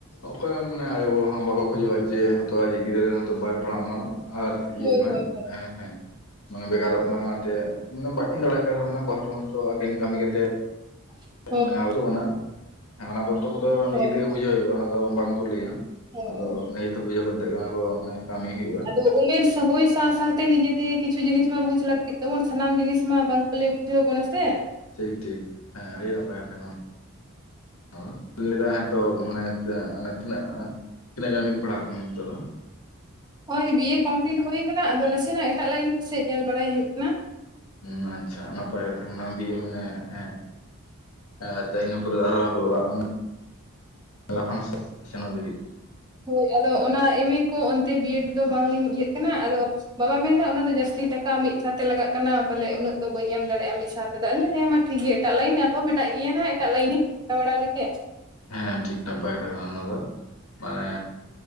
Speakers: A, on the left; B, on the right.
A: ᱚᱠᱚᱭ ᱢᱟᱱᱮ ᱟᱭᱚ ᱵᱟᱵᱟ ᱦᱚᱸ ᱵᱟᱠᱚ ᱠᱷᱚᱡᱚᱜᱼᱟ ᱡᱮ ᱦᱚᱭᱛᱚ ᱟᱡᱤᱡ ᱜᱤᱫᱽᱨᱟᱹ ᱫᱚ ᱵᱟᱭ ᱯᱟᱲᱦᱟᱜ ᱢᱟ, ᱟᱨ ᱤᱭᱟᱹ
B: ᱦᱳᱭ
A: ᱢᱟ
B: ᱦᱳᱭ
A: ᱦᱮᱸ ᱢᱟᱱᱮ ᱵᱮᱜᱟᱨᱚᱜ ᱢᱟ ᱚᱱᱟᱛᱮ ᱢᱟᱱᱮ ᱵᱟᱹᱠᱤᱱ ᱫᱟᱲᱮᱭᱟᱜ ᱠᱟᱱ ᱨᱮᱦᱚᱸ ᱠᱚᱥᱴᱚ ᱢᱚᱥᱴᱚ ᱟᱹᱠᱤᱱ ᱠᱟᱹᱢᱤ ᱠᱟᱛᱮ
B: <inaudible>
A: ᱢᱟᱱᱮ ᱟᱵᱚ ᱫᱚ ᱚᱱᱟ ᱦᱮᱸ ᱚᱱᱟ ᱠᱚᱥᱴᱚ ᱠᱚᱫᱚ ᱱᱤᱡᱮ
B: ᱦᱳᱭ
A: ᱛᱮᱜᱮ ᱵᱩᱡᱷᱟᱹᱣ ᱦᱩᱭᱩᱜᱼᱟ ᱚᱱᱟ ᱫᱚ ᱵᱟᱝ ᱠᱚ ᱞᱟᱹᱭᱟ,
B: ᱦᱳᱭ
A: ᱟᱫᱚ ᱵᱩᱡᱷᱟᱹᱣ ᱠᱟᱛᱮ ᱜᱮ ᱚᱱᱟᱠᱚ ᱚᱱᱮ ᱠᱟᱹᱢᱤ ᱦᱩᱭᱩᱜᱼᱟ ᱾
B: ᱟᱫᱚ ᱩᱢᱮᱨ ᱦᱩᱭᱳ ᱥᱟᱶ ᱥᱟᱶᱟᱛᱮ ᱱᱤᱡᱮᱛᱮ ᱠᱤᱪᱷᱩ ᱡᱤᱱᱤᱥ ᱢᱟ ᱵᱩᱡ ᱞᱟᱹᱠᱛᱤᱜ ᱛᱟᱵᱚᱱ ᱥᱟᱱᱟᱢ ᱡᱤᱱᱤᱥ ᱢᱟ ᱵᱟᱝ ᱞᱟᱹᱭ ᱵᱩᱡᱷᱟᱹᱣ ᱟᱵᱚᱱᱟᱥᱮ ᱾
A: ᱴᱷᱤᱠ ᱴᱷᱤᱠ ᱦᱮᱸ ᱟᱹᱰᱤ ᱱᱟᱯᱟᱭ ᱠᱟᱛᱷᱟ ᱠᱟᱱᱟ ᱚᱱᱟᱫᱚ ᱞᱟᱹᱭᱫᱟ ᱦᱮᱸ ᱛᱚ ᱢᱟᱱᱮ, ᱛᱮ ᱢᱟᱱᱮ ᱛᱤᱱᱟᱹᱜ ᱛᱤᱱᱟᱹᱜ ᱜᱟᱱ ᱵᱤᱱ ᱯᱟᱲᱦᱟᱜ ᱠᱟᱱᱟ ᱱᱤᱛᱚᱜ ᱫᱚ?
B: ᱦᱚᱭ ᱵᱤ ᱮ ᱠᱚᱢᱯᱞᱤᱴ ᱦᱩᱭ ᱠᱟᱱᱟ ᱟᱫᱚ ᱱᱟᱥᱮᱱᱟᱜᱽ ᱮᱴᱟᱜᱽ ᱞᱟᱭᱤᱱ ᱥᱮᱫ ᱧᱮᱞ ᱵᱟᱲᱟᱭ ᱦᱩᱭᱩᱜᱽ ᱠᱟᱱᱟ᱾
A: ᱦᱩᱸ ᱟᱪᱪᱷᱟ ᱱᱟᱯᱟᱭ ᱠᱟᱛᱷᱟ ᱠᱟᱱᱟ ᱫᱤ ᱮ ᱢᱟᱱᱮ ᱦᱮᱸ ᱮᱸ ᱛᱮ ᱤᱱᱟᱹ ᱯᱚᱨᱮ ᱟᱨᱚ <unintelligible> ᱞᱟᱯᱷᱟᱝ ᱥᱮᱫ ᱥᱮᱱᱚᱜ ᱞᱟᱹᱜᱤᱫᱽ᱾
B: ᱦᱳᱭ ᱟᱫᱚ ᱚᱱᱟ ᱮᱢ ᱮ ᱠᱚ ᱚᱱᱛᱮ ᱵᱤ ᱮᱰ ᱫᱚ ᱵᱟᱝ ᱞᱤᱧ ᱤᱭᱟᱹᱜ ᱠᱟᱱᱟ ᱟᱫᱚ, ᱵᱟᱵᱟᱭ ᱢᱮᱱᱫᱟ ᱚᱱᱟ ᱫᱚ ᱡᱟᱹᱥᱛᱤ ᱴᱟᱠᱟ ᱢᱤᱫ ᱥᱟᱶᱛᱮ ᱞᱟᱜᱟᱜ ᱠᱟᱱᱟ ᱯᱟᱞᱮ ᱩᱱᱟᱹᱜ ᱫᱚ ᱵᱟᱹᱧ ᱮᱢ ᱫᱟᱲᱮᱜᱼᱟ ᱢᱤᱫ ᱥᱟᱶᱛᱮᱫᱚ ᱟᱫᱚ ᱢᱮᱱ ᱫᱟ ᱦᱮᱸ ᱢᱟ ᱴᱷᱤᱠ ᱜᱮᱭᱟ ᱮᱴᱟᱜ ᱞᱟᱭᱤᱱ ᱟᱨᱦᱚᱸ ᱢᱮᱱᱟᱜ ᱜᱮᱭᱟ ᱱᱟᱜ ᱮᱴᱟᱜ ᱞᱟᱹᱭᱤᱱ ᱤᱧ ᱪᱮᱥᱴᱟ ᱵᱟᱲᱟ ᱞᱮᱜᱮ᱾
A: ᱦᱮᱸ ᱴᱷᱤᱠ ᱴᱷᱟᱠ ᱯᱟᱭᱨᱟ ᱠᱟᱱᱟ, ᱚᱱᱟ ᱫᱚ ᱢᱟᱱᱮ,